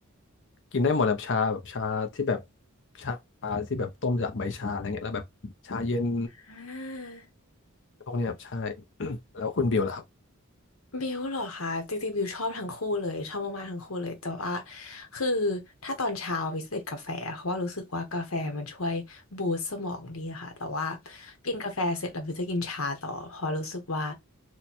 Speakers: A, on the left; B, on the left.
A: กินได้หมดแบบชาแบบชาที่แบบชาที่แบบต้มจากใบชาอะไรเงี้ยแล้วแบบชาเย็น
B: อ่า
A: พวกเนี้ยครับใช่ <coughs> <clears throat> แล้วคุณบิวล่ะครับ
B: บิวเหรอคะจริงๆบิวชอบทั้งคู่เลยชอบมากๆทั้งคู่เลยแต่ว่าคือถ้าตอนเช้าบิวจะติดกาแฟเพราะว่ารู้สึกว่ากาแฟมันช่วยบูสต์สมองดีค่ะแต่ว่ากินกาแฟเสร็จแล้วบิวจะกินชาต่อเพราะรู้สึกว่า